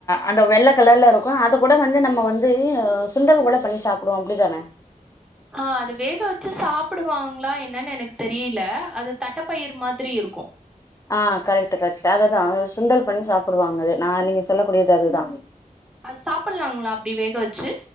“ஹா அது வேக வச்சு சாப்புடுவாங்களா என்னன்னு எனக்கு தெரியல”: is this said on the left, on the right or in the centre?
Centre